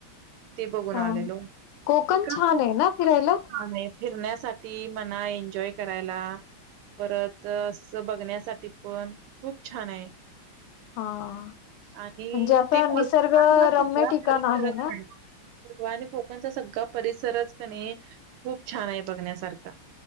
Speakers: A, on the right; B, on the left.
A: ते बघून
B: हा,
A: आलेलो.
B: कोकण
A: तिकड
B: छान
A: खूप
B: आहे ना? फिरायला.
A: छान आहे फिरण्यासाठी म्हणा, एन्जॉय करायला, परत असं बघण्यासाठी पण खूप छान आहे.
B: हा म्हणजे
A: आणि
B: असं
A: ते कोकणचा
B: निसर्ग
A: सगळा
B: रम्य ठिकाण
A: परिसरच
B: आहे ना?
A: म्हणा गोवा आणि कोकणचा सगळा परिसरच कनई खूप छान आहे बघण्यासारखा,